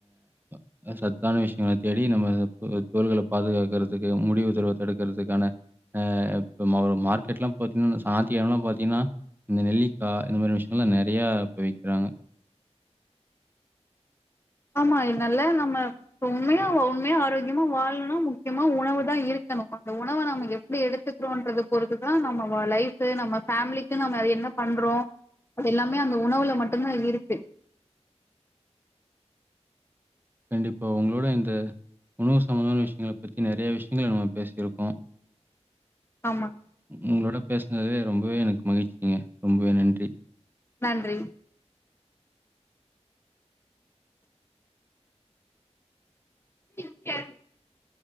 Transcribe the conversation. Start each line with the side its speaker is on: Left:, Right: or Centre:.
Right: ஆ சத்தான விஷயங்கள தேடி நம்ம தோள்கள பாதுகாக்கறதுக்கு முடி உதிர்வ தடுக்கறதுக்கான ஆ இப்ப மார்க்கெட்லா பாத்தீங்கன்னா சாந்தியானா பாத்தீங்கன்னா இந்த நெல்லிக்காய் இந்த மாதிரி விஷயங்கள் எல்லா நிறைய இப்ப விக்கிறாங்க
Left: ஆமா இதனால நம்ம உண்மையா உண்மையா ஆரோக்கியமா வாழணும்னா முக்கியமா உணவு தா இருக்கணு அந்த உணவ நம்ம எப்டி எடுத்துக்கிறோம்ன்றது பொறுத்துதா நம்ம லைஃப் நம்ம ஃபேமிலிக்கு நம்ம அது என்ன பண்றோ அது எல்லாமே அந்த உணவுல மட்டும்தா இருக்கு
Right: கண்டிப்பா உங்களோட இந்த உணவு சம்பந்தமான விஷயங்கள பத்தி நிறையா விஷயங்கள நம்ம பேசிருக்கோ
Left: ஆமா
Right: உங்களோட பேசுனதே ரொம்பவே எனக்கு மகிழ்ச்சிங்க ரொம்பவே நன்றி
Left: நன்றி <inaudible>